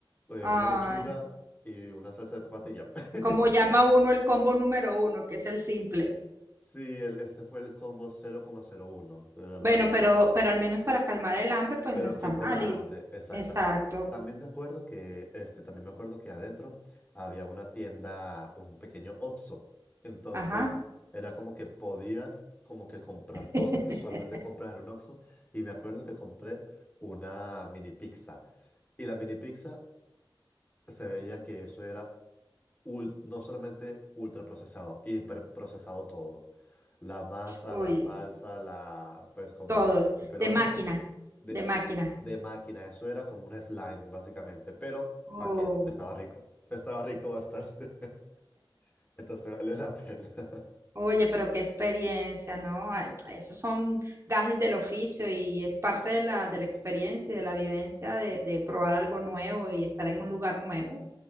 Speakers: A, on the left (about 20°); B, on the right (about 35°).
A: eh,
B: Ay,
A: una lechuga y una salsa de tomatilla. <laughs>
B: como llama uno el combo número uno, que es el simple.
A: Sí, el- ese fue el combo 0,01, de verdad.
B: Bueno, pero, pero al menos para calmar el hambre, pues
A: Pero
B: no está
A: quité
B: mal.
A: la
B: Y,
A: hambre, exactamente.
B: exacto.
A: También me acuerdo que, este, también me acuerdo que adentro había una tienda, un pequeño Oxxo. Entonces,
B: Ajá.
A: era como que podías como que comprar
B: <laughs>
A: cosas que usualmente compras en un Oxxo. Y me acuerdo que compré una mini pizza. Y la mini pizza se veía que eso era ul- no solamente ultraprocesado, hiperprocesado todo. La masa,
B: Uy,
A: la salsa, la, pues como
B: todo.
A: lo, el pepperoni
B: De máquina,
A: de,
B: de máquina.
A: de máquina. Eso era como un slime, básicamente. Pero,
B: Uy.
A: ¿para qué? Estaba rico. Estaba rico bastante. <laughs> Entonces valió la pena. <laughs>
B: Oye, pero qué experiencia, ¿no? Ah, Esos son gajes del oficio y es parte de la, de la experiencia y de la vivencia de, de probar algo nuevo y estar en un lugar nuevo.